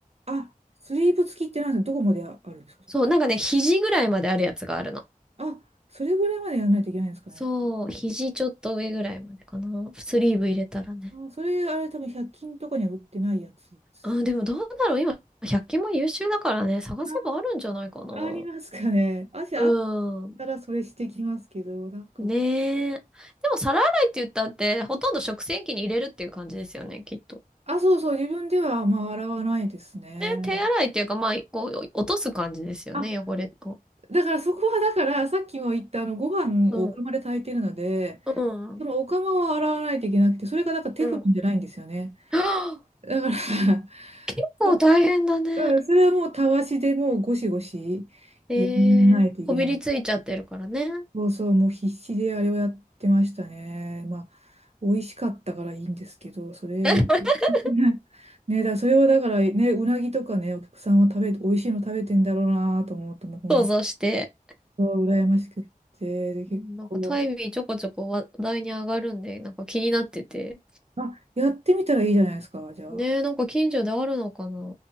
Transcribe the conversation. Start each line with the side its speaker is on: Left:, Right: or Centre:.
Right: あ、スリーブ付きってなんですかどこまであるんですかそれ
Centre: そう、なんかね、肘ぐらいまであるやつがあるの。
Right: あ、それぐらいまでやらないといけないんですかね。
Centre: そう、肘ちょっと上ぐらいまでかな。スリーブ入れたらね。
Right: あー、それ、あれ多分100均とかには売ってないやつです
Centre: あ、でもどうだろう。今、百均も優秀だからね、探せばあるんじゃないかな。
Right: よ。あー、ありますかね。あ、あ
Centre: うん。
Right: からそれしてきますけど、なんか、
Centre: ねえ。でも皿洗いって言ったって、ほとんど食洗機に入れるっていう感じですよね、きっと。
Right: あ、そうそう、自分ではまあ洗わないですね。
Centre: ね、手洗いっていうか、まあ、こう、落とす感じですよね、
Right: あ、
Centre: 汚れを。
Right: だからそこはだから、さっきも言ったあの、ご飯をお釜で炊いてるので、
Centre: うん。うん。
Right: でもお釜は洗わないといけなくて、それがなんかテフロンじゃないんですよね。
Centre: うん。はあ
Right: だから <laughs>、
Centre: 結構大変だね。
Right: うん、それはもうたわしでもうゴシゴシやらないといけない。
Centre: ええこびりついちゃってるからね。
Right: そうそう、もう必死であれをやってましたね。まあ、美味しかったからいいんですけど、それ、
Centre: <laughs>
Right: <laughs> ね、だ、それをだからね、うなぎとかね、お客さんは食べて、美味しいの食べてんだろうなと思うと、もう本
Centre: 想像して。
Right: 当羨ましくって、で、結構、
Centre: うんなんかタイミーちょこちょこ話題に上がるんで、なんか気になってて、
Right: あ、やってみたらいいじゃないですか、じゃあ。
Centre: ねえ、なんか近所であるのかな。